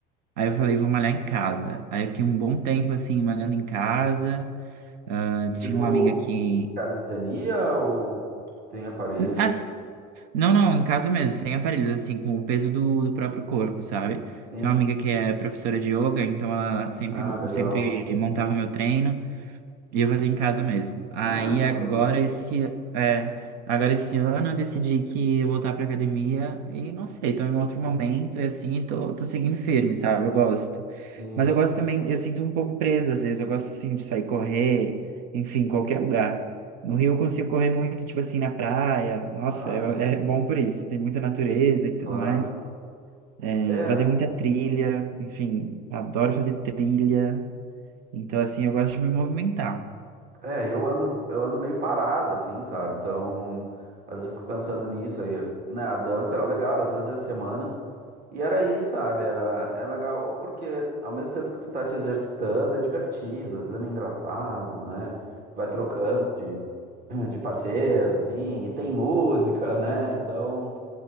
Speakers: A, on the right; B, on the right.
A: Aí eu falei, vou malhar em casa. Aí eu fiquei um bom tempo assim, malhando em casa. Ah, tinha
B: Tipo
A: uma amiga que.
B: calistenia ou tem aparelho?
A: ah, Não, não, em casa mesmo, sem aparelhos, assim, com o peso do, do próprio corpo, sabe?
B: Sim.
A: Tinha uma amiga que é professora de yoga, então ela sempre,
B: Ah,
A: mo-
B: legal.
A: sempre montava o meu treino. E eu fazia em casa mesmo. Aí
B: Ah, isso
A: agora
B: é legal.
A: esse, é, agora esse ano eu decidi que ia voltar pra academia e não sei, tô em outro momento e assim, tô, tô seguindo firme, sabe? Eu gosto.
B: Sim.
A: Mas eu gosto também, eu sinto um pouco preso às vezes, eu gosto assim de sair correr, enfim, em qualquer lugar. No Rio eu consigo correr muito, tipo assim, na praia. Nossa,
B: Ah,
A: é,
B: sim,
A: é bom por isso. Tem muita natureza e tudo
B: claro.
A: mais. É,
B: É,
A: fazer muita trilha, enfim, adoro fazer trilha. Então, assim, eu gosto de me movimentar.
B: É, eu ando, eu ando meio parado, assim, sabe? Então, às vezes eu fico pensando nisso aí, né? A dança era legal, era duas vezes a semana. E era isso, sabe? Era, é legal porque ao mesmo tempo que tu tá te exercitando, é divertido, às vezes é meio engraçado, né? Vai trocando de, <clears throat> de parceiro, assim, e tem música, né? Então,